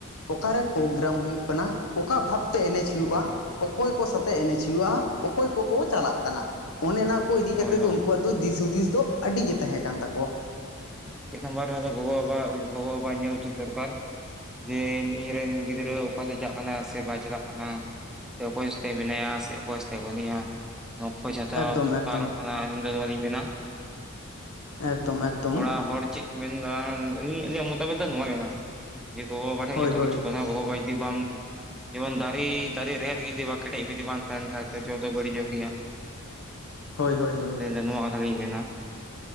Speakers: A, on the left; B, in the centre.
A: ᱚᱠᱟᱨᱮ ᱯᱨᱳᱜᱨᱟᱢ ᱦᱩᱭᱩᱜ ᱠᱟᱱᱟ ᱚᱠᱟ ᱵᱷᱟᱵᱽᱛᱮ ᱮᱱᱮᱡ ᱦᱩᱭᱩᱜᱼᱟ᱾
B: ᱦᱩᱸ
A: ᱚᱠᱚᱭ ᱠᱚ ᱥᱟᱛᱮᱜ ᱮᱱᱮᱡ ᱦᱩᱭᱩᱜᱼᱟ ᱚᱠᱚᱭ ᱠᱚᱠᱚ ᱪᱟᱞᱟᱜ ᱠᱟᱱᱟ ᱚᱱᱮ ᱚᱱᱟ ᱠᱚ ᱤᱫᱤ
B: ᱦᱳᱭ
A: ᱠᱟᱛᱮᱛ ᱫᱚ
B: ᱦᱳᱭ
A: ᱩᱱᱠᱩᱼᱼ ᱠᱟᱣᱟᱜ ᱫᱚ ᱫᱤᱥ ᱦᱩᱫᱤᱥ ᱫᱚ ᱟᱹᱰᱤ ᱜᱮ ᱛᱟᱦᱮᱸ ᱠᱟᱱ ᱛᱟᱠᱚᱣᱟ᱾
B: ᱢᱤᱫ ᱱᱟᱢᱵᱟᱨ ᱨᱮ ᱦᱚᱭᱛᱚ ᱜᱚᱜᱚ ᱵᱟᱵᱟᱼᱟᱜ ᱜᱚᱜᱚ ᱵᱟᱵᱟᱼᱟᱜ ᱧᱮᱞ ᱩᱪᱤᱛ ᱫᱚᱨᱠᱟᱨ᱾ ᱡᱮ ᱤᱧᱨᱮᱱ ᱜᱤᱫᱽᱨᱟᱹ ᱚᱠᱟᱛᱮ ᱪᱟᱜ ᱠᱟᱱᱟ ᱥᱮ ᱵᱟᱭ ᱪᱟᱞᱟᱜ ᱠᱟᱱᱟ᱾ ᱥᱮ ᱚᱠᱚᱭ ᱥᱟᱭ ᱛᱮ ᱢᱮᱱᱟᱭᱟ ᱥᱮ ᱚᱠᱚᱭ ᱥᱟᱭ ᱛᱮ ᱵᱟᱱᱩᱭᱟ᱾ ᱱᱩᱠᱩ ᱪᱷᱟᱴᱟᱣ
A: ᱮᱠᱫᱚᱢ
B: ᱫᱚᱨᱠᱟᱨᱚᱜ
A: ᱮᱠᱫᱚᱢ
B: ᱠᱟᱱᱟ ᱟᱹᱞᱤᱧ ᱫᱚ ᱱᱚᱣᱟ ᱞᱤᱧ ᱢᱮᱱᱟ᱾
A: ᱮᱠᱫᱚᱢ ᱮᱠᱫᱚᱢ
B: ᱚᱲᱟᱜ ᱦᱚᱲ ᱪᱮᱫ ᱠᱚ ᱢᱮᱱ ᱫᱟ ᱟᱹᱞᱤᱧ ᱟᱜ ᱢᱚᱛᱟᱢᱚᱛ ᱫᱚ ᱱᱚᱣᱟ ᱢᱮᱱᱟᱜᱼᱟ᱾ ᱡᱮ ᱜᱚᱜᱚᱼᱵᱟᱵᱟ ᱴᱷᱮᱱ
A: ᱦᱳᱭ
B: ᱡᱚᱛᱚ
A: ᱦᱳᱭ
B: ᱠᱤᱪᱷᱩ ᱠᱟᱱᱟ ᱜᱚᱼᱵᱟ ᱡᱩᱚᱫᱤ ᱵᱟᱢᱼᱼ ᱡᱮᱢᱚᱱ ᱫᱟᱨᱮ ᱫᱟᱨᱮ ᱨᱮᱦᱮᱫ ᱡᱩᱫᱤ ᱵᱟᱝ ᱠᱮᱴᱮᱡ ᱡᱩᱫᱤ ᱵᱟᱝ ᱛᱟᱦᱮᱱ ᱠᱷᱟᱡ ᱡᱚ ᱫᱚ ᱵᱟᱹᱲᱤ ᱡᱚᱜ ᱜᱮᱭᱟ᱾
A: ᱦᱳᱭ ᱦᱳᱭ ᱦᱳᱭ
B: ᱟᱹᱞᱤᱧ ᱫᱚ ᱵᱚᱭᱟ ᱠᱟᱛᱷᱟ ᱜᱮᱞᱤᱧ ᱢᱮᱱᱟ᱾